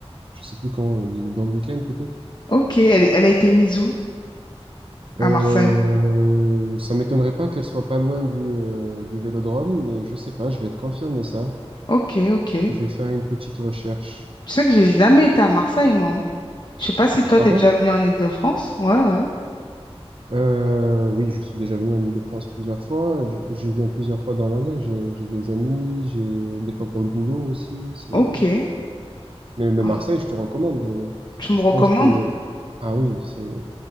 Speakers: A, on the right; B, on the left.
A: je sais plus quand, il- dans le week-end peut-être.
B: ok. Elle, elle a été mise où? À
A: Euh,
B: Marseille.
A: ça m'étonnerait pas qu'elle soit pas loin du, euh, du Vélodrome, mais je sais pas, je vais te confirmer ça.
B: Ok, ok. Tu
A: Je vais faire une petite recherche.
B: sais que j'ai jamais été à Marseille, moi. hein. Je sais pas si toi,
A: Ah
B: t'es
A: bon?
B: déjà venu en Île-de-France. Ouais, ouais.
A: Euh, oui, je suis déjà venu en Île-de-France plusieurs fois. Je, je viens plusieurs fois dans l'année. J'ai, j'ai des amis, j'ai des fois pour le boulot aussi. C'est,
B: Ok.
A: mais, mais
B: Ah,
A: Marseille, je te recommande. Euh,
B: Tu me
A: Je
B: recommandes?
A: pense que, ah oui, c'est,